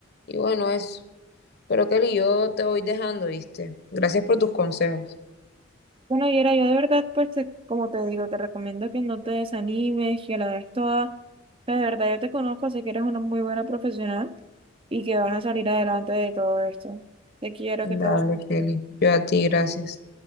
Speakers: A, on the left; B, on the right.
A: Y bueno, eso. Pero Kelly, yo te voy dejando, ¿viste? Gracias por tus consejos.
B: Bueno, Yera, yo de verdad, pues, te- como te digo, te recomiendo que no te desanimes, que la des toda. O sea, de verdad, yo te conozco, sé que eres una muy buena profesional y que vas a salir adelante de todo esto. Te quiero que te...
A: Dale,
B: vaya
A: Kelly.
B: bien.
A: Yo a ti, gracias.